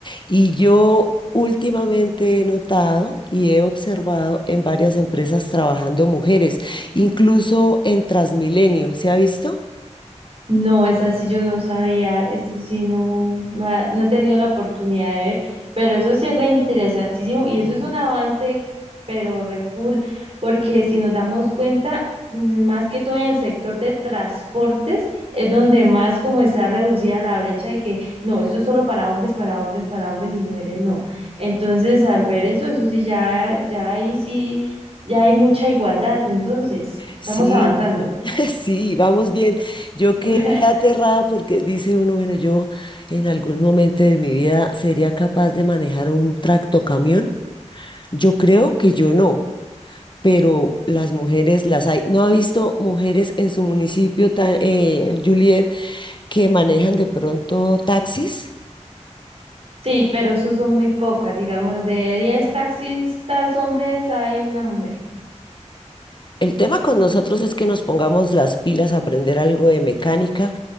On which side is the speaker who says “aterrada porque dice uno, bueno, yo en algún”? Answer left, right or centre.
Left